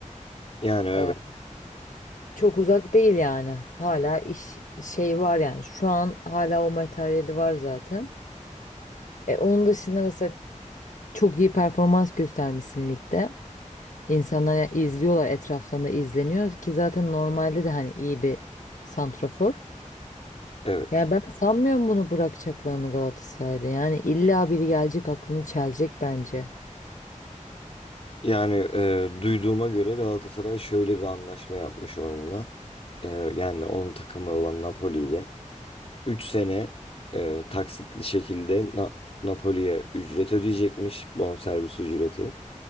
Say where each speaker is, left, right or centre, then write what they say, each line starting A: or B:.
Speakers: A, on the left (about 50°); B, on the left (about 75°).
A: Yani evet,
B: Ee, çok uzak değil yani. Hala iş şey var yani. Şu an hala o materyali var zaten. E, onun dışında mesela çok iyi performans göstermişsin ligde. İnsanlar ya- izliyorlar etraftan da izleniyor ki zaten normalde de hani iyi bir santrafor.
A: evet.
B: Ya ben sanmıyorum bunu bırakacaklarını Galatasaray'da. Yani illa biri gelecek aklını çelecek bence.
A: Yani e, duyduğuma göre Galatasaray şöyle bir anlaşma yapmış onunla. E, yani onun takımı olan Napoli ile. 3 sene e, taksitli şekilde Na- Napoli'ye ücret ödeyecekmiş bonservis ücreti.